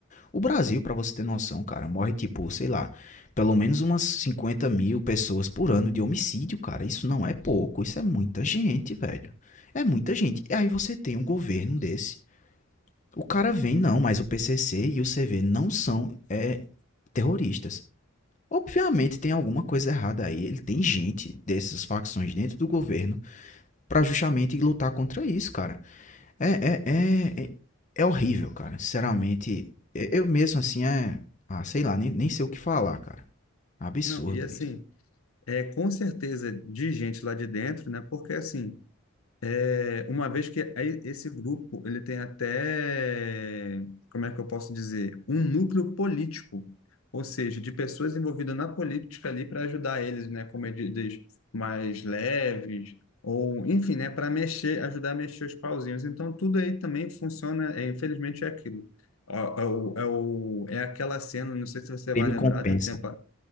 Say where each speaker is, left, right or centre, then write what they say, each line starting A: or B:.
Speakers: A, on the left; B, on the left.
A: O Brasil, pra você ter noção, cara, morre tipo, sei lá, pelo menos umas cinquenta mil pessoas por ano de homicídio, cara. Isso não é pouco, isso é muita gente, velho. É muita gente. E aí você tem um governo desse. O cara vem, não, mas o PCC e o CV não são é, terroristas. Obviamente tem alguma coisa errada aí. Ele tem gente dessas facções dentro do governo pra justamente lutar contra isso, cara. É, é, é, é, é horrível, cara. Sinceramente, eu, eu mesmo assim é. Ah, sei lá, nem, nem sei o que falar, cara. Absurdo
B: Não, e assim,
A: isso.
B: é com certeza de gente lá de dentro, né? Porque assim, É, uma vez que aí esse grupo ele tem até, como é que eu posso dizer, um núcleo político, ou seja, de pessoas envolvidas na política ali para ajudar eles, né, com medidas mais leves ou, enfim, né, para mexer, ajudar a mexer os pauzinhos. Então tudo aí também funciona, é, infelizmente é aquilo. É, é, o, é, o, é aquela cena, não sei se você
A: Quem
B: vai
A: Me
B: lembrar
A: compensa.
B: de um tempo,